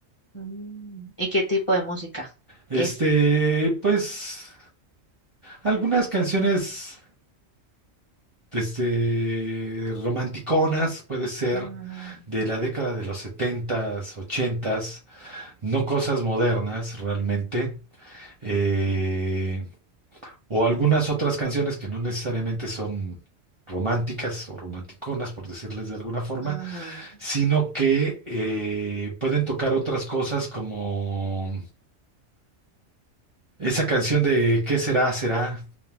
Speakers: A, on the left; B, on the right.
A: Mm, ¿Y qué tipo de música
B: Este,
A: es?
B: pues algunas canciones este, romanticonas, puede ser,
A: Mm,
B: de la década de los setentas ochentas no cosas modernas realmente, eh, o algunas otras canciones que no necesariamente son románticas o romanticonas, por decirles de alguna forma,
A: ujú,
B: sino que eh, pueden tocar otras cosas como esa canción de ¿Qué será, será?